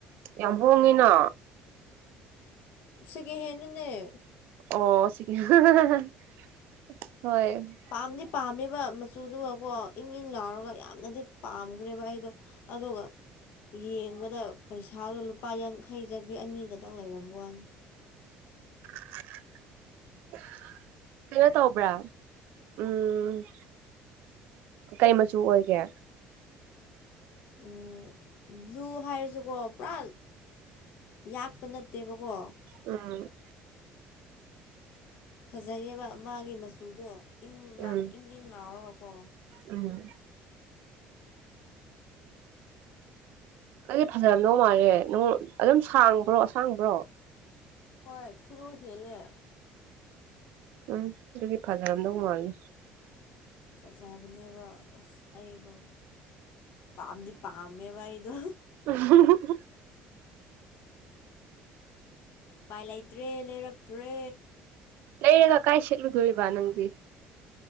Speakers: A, on the right; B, on the left.
A: ꯌꯥꯝ ꯍꯣꯡꯉꯤꯅ
B: ꯁꯤꯀꯦꯍꯦꯟꯅꯤꯅꯦ
A: ꯑꯣ <unintelligible> ꯍꯣꯏ
B: ꯄꯥꯝꯗꯤ ꯄꯥꯝꯃꯦꯕ ꯃꯆꯨꯗꯨꯒꯀꯣ ꯏꯪ ꯏꯪ ꯂꯥꯎꯔꯒ ꯌꯥꯝꯅꯗꯤ ꯄꯥꯝꯈ꯭ꯔꯦꯕ ꯑꯩꯗꯣ ꯑꯗꯨꯒ ꯌꯦꯡꯕꯗ ꯄꯩꯁꯥꯗꯣ ꯂꯨꯄꯥ ꯌꯥꯡꯈꯩ ꯆꯠꯄꯤ ꯑꯅꯤꯈꯇꯪ ꯂꯩꯔꯝꯕ ꯋꯥꯅꯦ
A: <inaudible> ꯀꯩꯅꯣ ꯇꯧꯕ꯭ꯔꯥ ꯎꯝ ꯀꯩ ꯃꯆꯨ ꯑꯣꯏꯒꯦ
B: ꯑꯨ <unintelligible> ꯕ꯭ꯂꯨ ꯍꯥꯏꯔꯁꯨꯀꯣ ꯄꯨꯔꯥ ꯌꯥꯛꯄ ꯅꯠꯇꯦꯕꯀꯣ
A: ꯑꯝ
B: ꯐꯖꯩꯌꯦꯕ ꯃꯥꯒꯤ ꯃꯆꯨꯗꯣ ꯏꯪ ꯌꯥꯝ
A: ꯎꯝ
B: ꯏꯪ ꯏꯪ ꯂꯥꯎꯔꯒꯀꯣ
A: ꯎꯝ ꯑꯩꯗꯨꯗꯤ ꯐꯖꯔꯝꯗꯧ ꯃꯥꯥꯟꯂꯦ ꯅꯪ ꯑꯗꯨꯝ ꯁꯥꯡꯕ꯭ꯔꯣ ꯑꯁꯥꯡꯕ꯭ꯔꯣ
B: ꯍꯣꯏ ꯈꯨꯔꯨ ꯍꯦꯜꯂꯦ
A: ꯎꯝ ꯑꯗꯨꯗꯤ ꯐꯖꯔꯝꯗꯧ ꯃꯥꯜꯂꯦ
B: ꯐꯖꯕꯅꯦꯕ ꯑꯁ ꯑꯩꯗꯣ ꯄꯥꯝꯗꯤ ꯄꯥꯝꯃꯦꯕ ꯑꯩꯗꯣ
A: ꯎ <unintelligible>
B: ꯎꯄꯥꯏ ꯂꯩꯇ꯭ꯔꯦ ꯂꯩꯔꯛꯇ꯭ꯔꯦ
A: ꯂꯩꯔꯒ ꯀꯥꯏ ꯁꯦꯠꯂꯨꯗꯣꯢꯔꯤꯕꯥ ꯅꯪꯗꯤ